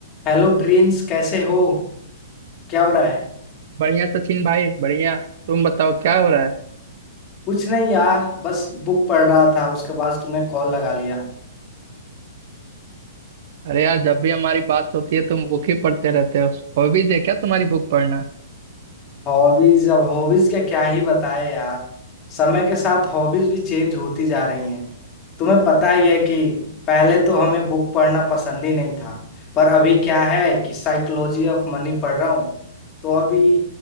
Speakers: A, on the left; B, on the right.
A: Hello Prince कैसे हो क्या हो रहा है
B: बढ़िया सचिन भाई बढ़िया तुम बताओ क्या हो रहा है
A: कुछ नहीं यार बस बुक पढ़ रहा था उसके बाद तुम्हें कॉल लगा लिया
B: अरे यार जब भी हमारी बात होती है तुम बुक ही पढ़ते रहते हो हॉबीज है क्या तुम्हारी बुक पढ़ना
A: हॉबीज अब हॉबीज के क्या ही बताए यार समय के साथ हॉबीज भी चेंज होती जा रही हैं तुम्हें पता ही है कि पहले तो हमें बुक पढ़ना पसंद ही नहीं था पर अभी क्या है कि साइकोलॉजी ऑफ मनी पढ़ रहा हूँ तो अभी